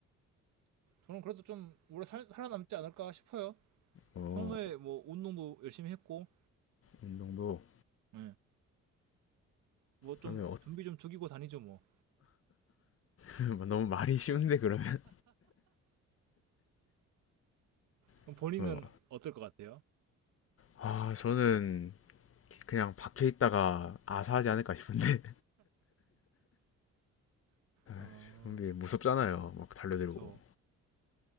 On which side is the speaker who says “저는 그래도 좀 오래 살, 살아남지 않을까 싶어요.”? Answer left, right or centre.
Right